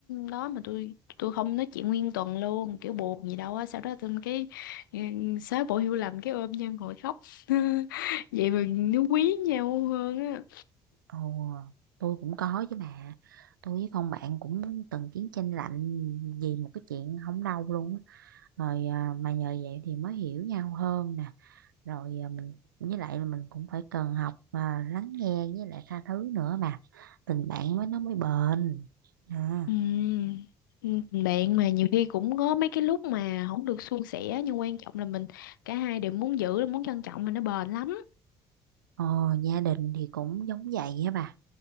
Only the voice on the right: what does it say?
Ồ, tôi cũng có chứ bà. Tôi với con bạn cũng từng chiến tranh lạnh vì một cái chuyện không đâu luôn á. Rồi à, mà nhờ vậy thì mới hiểu nhau hơn nè. rồi à, mình với lại là mình cũng phải cần học à, lắng nghe với lại tha thứ nữa mà tình bạn mới nó mới bền à.
ờ, gia đình thì cũng giống vậy á bà